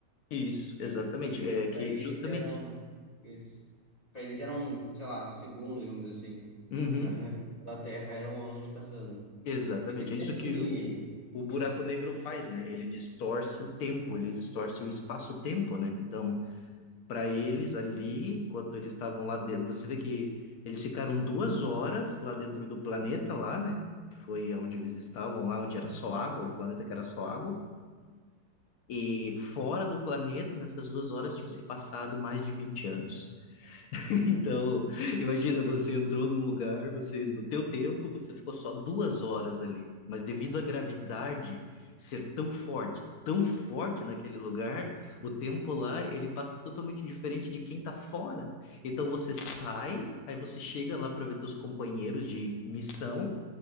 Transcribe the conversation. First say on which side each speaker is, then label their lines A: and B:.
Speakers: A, on the left; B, on the left.
A: Isso, exatamente.
B: E, e
A: É
B: para
A: que
B: eles
A: justamente.
B: eram isso. Para eles eram, sei lá, segundos, vamos dizer assim.
A: Uhum.
B: Mas só que no resto da Terra eram anos passando.
A: Exatamente.
B: E tem até
A: É isso
B: aquele.
A: que o, o buraco
B: Isso.
A: negro faz, né? Ele distorce o tempo, ele distorce o espaço-tempo, né? Então, para eles ali, enquanto eles estavam lá dentro. Você vê que eles ficaram duas horas lá dentro do planeta lá, né? Que foi onde eles estavam lá, onde era só água, um planeta que era só água. E fora do planeta, nessas duas horas, tinham se passado mais de 20 anos. <laughs> Então, imagina, você entrou num lugar, você, no teu tempo, você ficou só duas horas ali, mas devido à gravidade ser tão forte, tão forte naquele lugar, o tempo lá, ele passa totalmente diferente de quem tá fora. Então você sai, aí você chega lá para ver teus companheiros de missão,